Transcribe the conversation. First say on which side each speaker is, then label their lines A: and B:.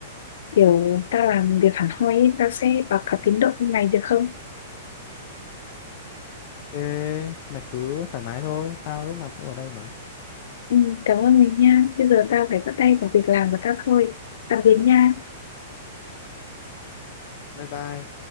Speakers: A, on the left (about 70°); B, on the left (about 50°).
A: kiểu tao làm việc hẳn hoi ấy, tao sẽ báo cáo tiến độ với mày được không
B: thế mày cứ thoải mái thôi tao lúc nào cũng ở đây mà
A: ừ, cảm ơn mình nha bây giờ tao phải bắt tay vào việc làm của tao thôi tạm biệt nha
B: bye bye